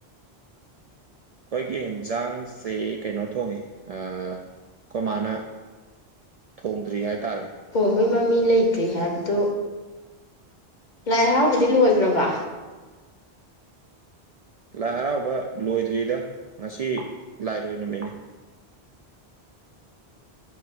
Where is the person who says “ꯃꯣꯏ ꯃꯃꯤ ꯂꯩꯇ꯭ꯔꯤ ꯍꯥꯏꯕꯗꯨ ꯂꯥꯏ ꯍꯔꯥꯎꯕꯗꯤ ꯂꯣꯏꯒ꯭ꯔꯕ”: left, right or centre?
Left